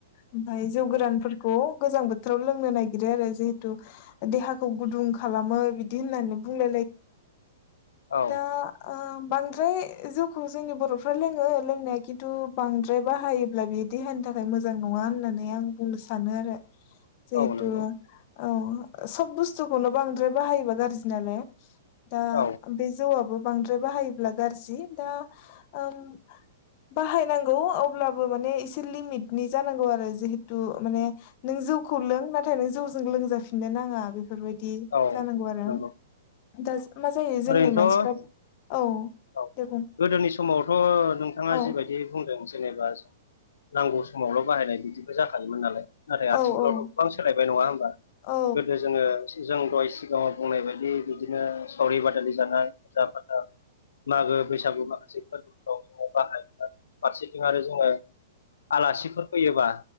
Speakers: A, on the left (about 45°); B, on the left (about 85°).
A: ओमफ्राय जौ गोरानफोरखौ गोजां बोथोराव लोंनो नागिरो आरो जिहेतु देहाखौ गुदुं खालामो बिदि होननानै बुंल
B: औ
A: दा ओ बांद्राय जोवखौ जोंनि बर फ्रा लोङो लोंनाया खिन्थु बांद्राय बाहायोब्ला बेयो देहानि थाखाय मोजां नङा होननानै आं बुंनो सानो आरो जिहेथु
B: औ नंगौ
A: औ सब बुस्थुखौनो बांद्राय बाहायोबा गाज्रि नालाय। दा
B: औ
A: बे जौआबो बांद्राय बाहायोब्ला गाज्रि दा ओम बाहायनांगौ अब्लाबो माने एसे लिमिटनि जानांगौ आरो जिहेतु माने नों जौखौ लों नाथाय नों जौजों लोंजाफिननो नाङा बेफोरबायदि बिदि
B: औ
A: जानांगौ आरो
B: नंगौ
A: दा मा जायो
B: ओरैनोथ'
A: जोंनि मानसिफ्रा औ।
B: औ
A: दे बुं
B: गोदोनि समावथ' नोंथाङा
A: औ
B: जिबायदि बुंदों जेनेबा नांगौ समावल' बाहायनाय बिदिबो जाखायोमोन नालाय। नाथाय आथिखालावथ'
A: औ औ
B: गोबां सोलायबाय नङा होमबा
A: औ
B: गोदो जोङो जों दहाय सिगाङाव बुंनाय बायदि बिदिनो सावरि बादालि जानाय फुजा फाथा मागो बैसागु माखासे फोरबोफ्राव जोङो बाहाय फारसेथिं आरो जोङो आलासिफोर फैयोबा